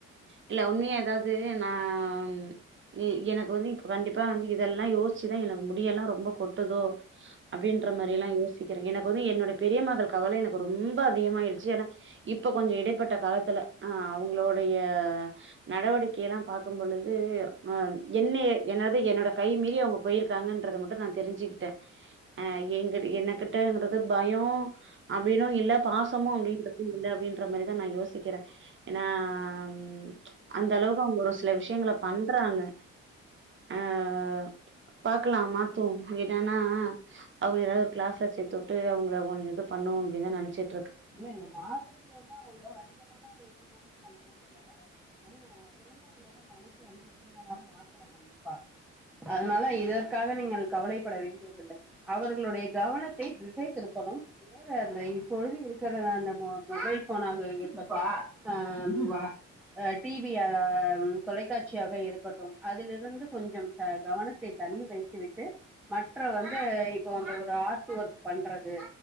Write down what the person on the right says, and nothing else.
இல்ல உண்மையா அதாவது நான் எ எனக்கு வந்து இப்ப கண்டிப்பா வந்து இதெல்லாம் யோசிச்சுதான் எனக்கு முடியெல்லாம் ரொம்ப கொட்டுதோ அப்டின்ற மாரி எல்லாம் யோசிக்கிறேன் எனக்கு வந்து என்னோட பெரிய மகள் கவலை எனக்கு ரொம்ப அதிகமாயிடுச்சு ஏன்னா இப்ப கொஞ்சம் இடைப்பட்ட காலத்துல ஆஹ் அவங்களுடைய ஆ நடவடிக்கையெல்லாம் பாக்கும் பொழுது ஹ என்னய என்னது என்னோட கை மீறி அவங்க போயிருக்காங்கன்றத மட்டும் நான் தெரிஞ்சிக்கிட்டேன் அ எங்க என்னகிட்டங்கடது பயோ அப்டின்னு இல்ல பாசமும் அப்டின்றது இல்ல அப்டி <unintelligible> மாரிதா நா யோசிக்கிறே ஏன்னா ம் அந்த அளவுக்கு அவங்க ஒரு சில விஷயங்கள பண்றாங்க அஹ் பாக்கலாம் மாத்துவோம் என்னன்னா அவங்க ஏதாவது கிளாஸ்ல சேர்த்துட்டு அவங்கள கொஞ்சம் இது பண்ணுவோ அப்டின்னுதான் நனச்சிட்